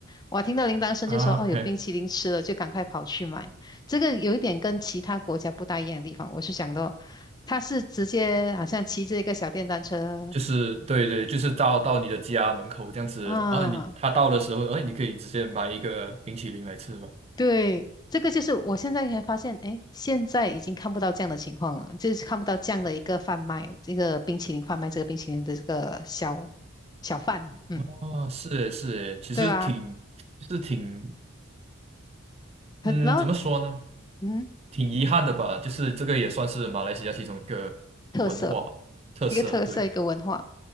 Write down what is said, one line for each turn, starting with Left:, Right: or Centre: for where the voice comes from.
Left: 我听到铃铛声就说哦，
Right: 啊，OK，
Left: 有冰淇淋吃了，就赶快跑去买。这个有一点跟其他国家不大一样的地方，我是想到，他是直接好像骑着一个小电单车
Right: 就是对对，就是到到你的家门口这样子，
Left: 啊，
Right: 然后你他到的时候，然后你可以直接买一个冰淇淋来吃吧。
Left: 对，这个就是我现在才发现，哎，现在已经看不到这样的情况了，就是看不到这样的一个贩卖，这个冰淇淋贩卖这个冰淇淋的这个小小贩，嗯，
Right: 哦，是诶是诶，其实挺就是挺
Left: 对吧？很，
Right: 嗯，
Left: 然后
Right: 怎么说呢？
Left: 嗯，
Right: 挺遗憾的吧，就是这个也算是马来西亚其中一个文化特色。
Left: 特色，一个特色，
Right: 对
Left: 一个文化。